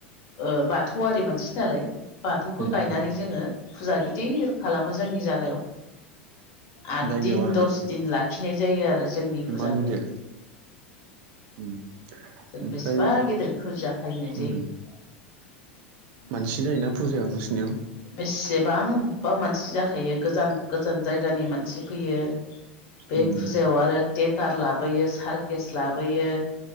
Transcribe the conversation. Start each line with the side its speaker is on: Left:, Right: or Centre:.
Left: ओ बाथौआरि मानसि नालाय बाथौखौ
Right: उम
Left: गायनानै
Right: उम
Left: जोङो फुजा गिदिर खालामो जोंनि जायगायाव आठ
Right: जायगायाव
Left: दिन
Right: आरोना
Left: दस दिन लाखिनाय जायो आरो जोंनि
Right: इमान
Left: फुजाखौ।
Right: गिदिर उम
Left: जों
Right: ओमफ्राय
Left: बेसेबा गिदिर फुजा फालिनाय
Right: उम
Left: जायो। <inaudible>
Right: मानसि <unintelligible>
Left: बेसेबांबा मानसि जाखायो गोजान गोजान जायगानि मानसि फैयो। बे
Right: उम
Left: फुजायाव आरो थेटार लाबोयो सारकेस लाबोयो।